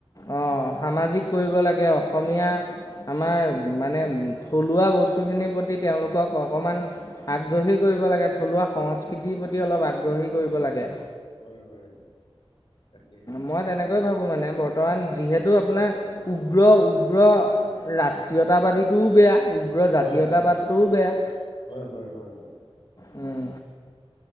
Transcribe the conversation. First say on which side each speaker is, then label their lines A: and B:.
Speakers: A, on the left; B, on the left.
A: অঁ সামাজিক কৰিব লাগে অসমীয়া আমাৰ মানে থলুৱা বস্তুখিনিৰ প্ৰতি তেওঁলোকক অকণমান আগ্ৰহী কৰিব লাগে থলুৱা সংস্কৃতিৰ প্ৰতি অলপ আগ্ৰহী কৰিব লাগে।
B: হয় হয় তাকেই।
A: মই তেনেকৈয়ে ভাবো মানে বৰ্ত বৰ্তমান যিহেতু আপোনাৰ উগ্ৰ উগ্ৰ ৰাষ্ট্ৰীয়তাবাদীটোও বেয়া উগ্ৰ জাতীয়তাবাদটোও
B: হয় হয়
A: বেয়া।
B: হয় হয় হয় হয়।
A: উম।